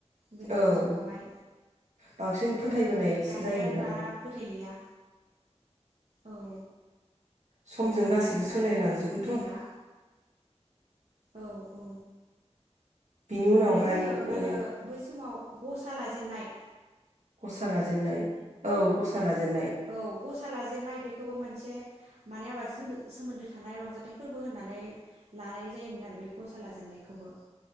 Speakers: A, on the right; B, on the right.
A: गोदोनि
B: औ
A: समावहाय
B: बांसिन फोथायबोनाय
A: ओमफ्राय दानिया
B: जायोमोन
A: आरो बारा फोथायलिया औ
B: समजों
A: दानिया
B: गासिबो
A: आरो बारा
B: सोलायलांजोबोथ'।
A: बेफोरखौ फोथायला औ औ।
B: बिनि उनावहाय
A: आरो जोङो मा
B: ओ
A: होनो बै समाव गसा लाजेन्नाय
B: गसा लाजेननाय औ ग'सा लाजेननाय।
A: औ ग'सा लाजेननाय बेखौबो मोनसे माने आबादजों सोमो सोमोन्दो थानाय रंजाथाइ फोरबो होननानै लानाय जायोमोन आरो बे ग'सा लाजेननायखौबो